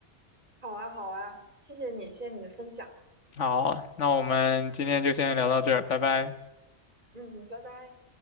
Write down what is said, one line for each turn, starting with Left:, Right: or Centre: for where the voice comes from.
Right: 好啊好啊，谢谢你，谢谢你的分享，
Left: 好，那我们今天就先聊到这儿，拜拜。
Right: 嗯，拜拜。